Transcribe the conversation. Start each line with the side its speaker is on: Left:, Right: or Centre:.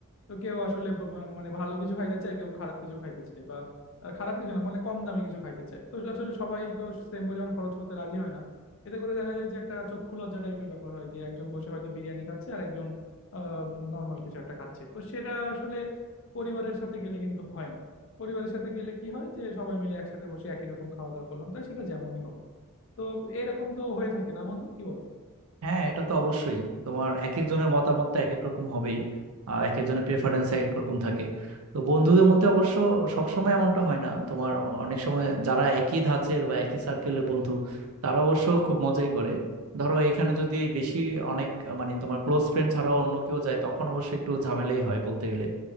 Left: তো কেউ আসলে বা- বা- মানে ভালো কিছু খাইতে চায় কেউ খারাপ কিছু খাইতে চায় বা আহ, খারাপ কিছু না মানে কম দামি কিছু খাইতে চায় তো আসলে সবাই তো সেম পরিমাণ খরচ করতে রাজি হয় না এতে করে দেখা যায় যে একটা চক্ষু লজ্জা টাইপের ব্যাপার হয় যে একজন বসে হয়তো বিরিয়ানি খাচ্ছে আর একজন নর্মাল কিছু একটা খাচ্ছে তো সেটা আসলে পরিবারের সাথে গেলে কিন্তু হয় না পরিবারের সাথে গেলে কি হয় যে সবাই মিলে একসাথে বসে একই রকম খাওয়া দাওয়া করলাম তাই সেটা যেমনই হোক তো এরকম তো হয়ে থাকে না বন্ধু কি বলো
Right: হ্যাঁ এটা তো অবশ্যই তোমার এক একজনের মতামত তো এক এক রকম হবেই আর এক একজনের প্রেফারেন্স এক এক রকম থাকে তো বন্ধুদের মধ্যে অবশ্য সবসময় এমনটা হয় না তোমার অনেক সময় যারা একই ধাঁচের বা একই সার্কেলের বন্ধু তারা অবশ্য খুব মজাই করে ধরো এইখানে যদি বেশি অনেক মানে তোমার ক্লোজ ফ্রেন্ড ছাড়াও অন্য কেউ যায় তখন অবশ্য একটু ঝামেলাই হয় বলতে গেলে